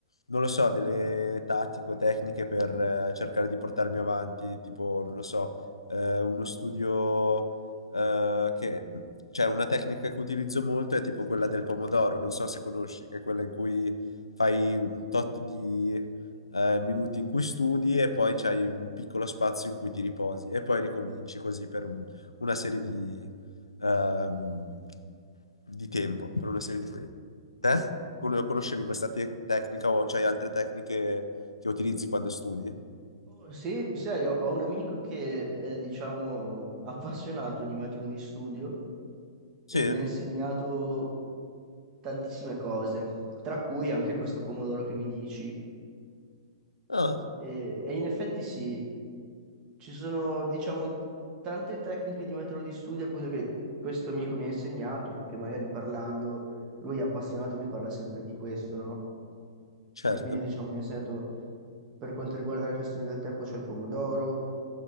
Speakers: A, on the left (about 80°); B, on the right (about 25°).
A: non lo so, delle tattiche o tecniche per eh, cercare di portarmi avanti, tipo, non lo so, eh, uno studio eh, che cioè una tecnica che utilizzo molto è tipo quella del pomodoro, non so se conosci, che è quella in cui fai un tot di eh, minuti in cui studi e poi c'hai un piccolo spazio in cui ti riposi e poi ricominci così per un- una serie di, ehm, di tempo, per una serie di tempo. Te? Con- Conoscevi questa te- tecnica o c'hai altre tecniche che utilizzi quando studi?
B: Oh, sì, sai, ho ho un amico che è, diciamo, appassionato di metodo di studio
A: Sì?
B: e mi ha insegnato tantissime cose, tra cui anche questo pomodoro che mi dici.
A: Ah,
B: E, e in effetti sì, Ci sono, diciamo, tante tecniche di metodo di studio, appunto, che questo amico mi ha insegnato, perché magari parlando, lui è appassionato, mi parla sempre di questo, no?
A: certo.
B: E quindi, diciamo, mi ha insegnato, per quanto riguarda la gestione del tempo, c'è il pomodoro,